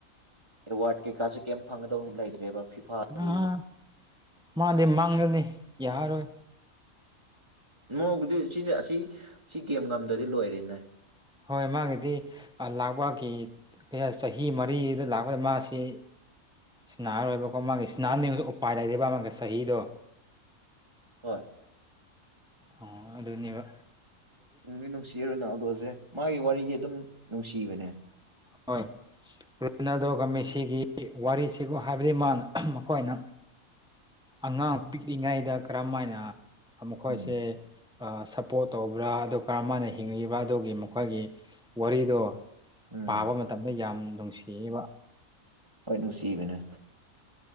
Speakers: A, on the right; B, in the centre.
A: ꯑꯦꯋꯥꯔꯗ ꯀꯩꯀꯥꯁꯨ ꯀꯩꯝ ꯐꯪꯒꯗꯧ ꯂꯩꯇ꯭ꯔꯦꯕ ꯐꯤꯐꯥꯗꯒꯤꯗꯤ
B: ꯑ ꯃꯥꯗꯤ ꯃꯥꯡꯒꯅꯤ ꯌꯥꯔꯣꯏ
A: ꯅꯣꯡꯗꯤ ꯁꯤꯅꯦ ꯑꯁꯤ ꯁꯤ ꯒꯦꯝ ꯉꯝꯗ꯭ꯔꯗꯤ ꯂꯣꯏꯔꯅꯦ
B: ꯍꯣꯏ ꯃꯥꯒꯤꯗꯤ ꯂꯥꯛꯄꯒꯤ ꯆꯍꯤ ꯃꯔꯤꯗ ꯂꯥꯛꯄꯗ ꯃꯥꯁꯤ ꯁꯤꯅꯥꯍꯔꯣꯏꯕꯀꯣ ꯃꯥꯡꯒꯦ ꯁꯤꯅꯥꯍꯟꯅꯤꯡꯁꯨ ꯎꯄꯥꯏ ꯂꯩꯕ ꯃꯃꯥꯡꯒꯦ ꯆꯍꯤꯗꯣ
A: ꯍꯣꯏ
B: ꯑꯣ ꯑꯗꯨꯗꯅꯤꯕ
A: ꯗꯤ ꯅꯨꯡꯁꯤꯔꯔꯨꯅ ꯑꯗꯣꯁꯦ ꯃꯥꯒꯤ ꯋꯥꯔꯤꯗꯤ ꯑꯗꯨꯝ ꯅꯨꯡꯁꯤꯕꯅꯦ
B: ꯍ ꯔꯣꯅꯥꯗꯣ ꯑꯃ ꯃꯁꯤꯒꯤ ꯋꯥꯔꯤꯁꯤ ꯍꯥꯏꯕꯗꯤ ꯃꯥꯅ ꯃꯈꯣꯏꯅ ꯑꯉꯥꯡ ꯄꯤꯛꯂꯤꯉꯩꯗ ꯀꯔꯝꯃ ꯍꯥꯏꯅ ꯃꯈꯣꯏꯁꯦ
A: ꯎꯝ
B: ꯁꯞꯄꯣꯔꯠ ꯇꯧꯕ꯭ꯔꯥ ꯑꯗꯨ ꯀꯔꯝ ꯍꯥꯏꯅ ꯍꯤꯡꯂꯤꯤꯕ꯭ꯔꯥ ꯑꯗꯨꯒꯤ ꯃꯈꯣꯏꯒꯤ ꯋꯥꯔꯤꯗꯣ
A: ꯎꯝ
B: ꯄꯥꯕ ꯃꯇꯝꯗ ꯌꯥꯝ ꯅꯨꯡꯁꯤꯕ
A: ꯍꯣꯏ ꯅꯨꯡꯁꯤꯕꯅꯦ